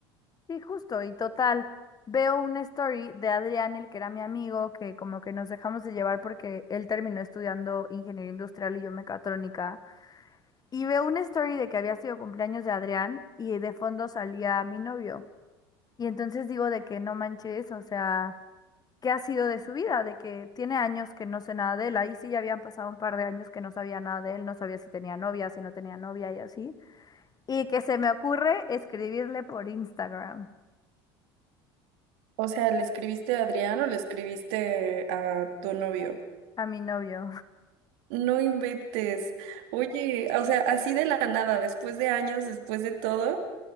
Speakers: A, on the left (about 30°); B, on the right (about 75°).
A: Sí, justo, y total, veo una story de Adrián, el que era mi amigo, que como que nos dejamos de llevar porque él terminó estudiando ingeniería industrial y yo mecatrónica, y veo una story de que había sido cumpleaños de Adrián y de fondo salía mi novio. Y entonces digo de que no manches, o sea, ¿qué ha sido de su vida? De que tiene años que no sé nada de él, ahí sí ya habían pasado un par de años que no sabía nada de él, no sabía si tenía novia, si no tenía novia y así, y que se me ocurre escribirle por Instagram
B: O sea, ¿le escribiste a Adrián o le escribiste a tu novio?
A: a mi novio.
B: No inventes. Oye, o sea, así de la nada, después de años, después de todo,